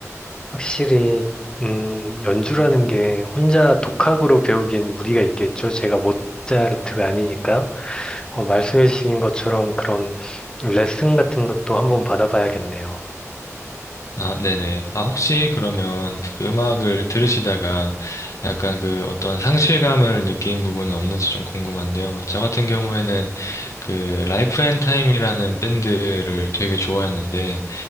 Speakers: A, on the left; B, on the left.
A: 확실히 음, 연주라는 게 혼자 독학으로 배우기엔 무리가 있겠죠. 제가 모차르트가 아니니까 어, 말씀해주신 것처럼 그런 레슨 같은 것도 한번 받아봐야겠네요.
B: 아, 네네. 아, 혹시 그러면 그 음악을 들으시다가 약간 그 어떤 상실감을 느낀 부분은 없는지 좀 궁금한데요. 저 같은 경우에는 그 라이프 앤 타임이라는 밴드를 되게 좋아했는데